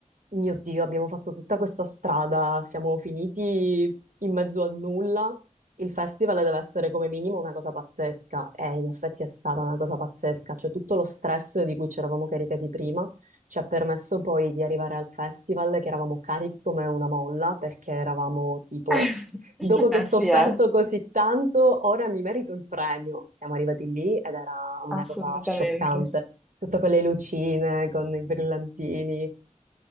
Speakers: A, on the right; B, in the centre.
A: mio Dio, abbiamo fatto tutta questa strada, siamo finiti in mezzo al nulla, il festival deve essere come minimo una cosa pazzesca e in effetti è stata una cosa pazzesca, cioè tutto lo stress di cui ci eravamo caricati prima ci ha permesso poi di arrivare al festival che eravamo carichi come una molla perché eravamo tipo,
B: <laughs>
A: dopo
B: Eh
A: che ho sofferto
B: sì, eh,
A: così tanto, ora mi merito il premio. Siamo arrivati lì ed era una
B: assolutamente.
A: cosa scioccante, tutto con le lucine, con i brillantini,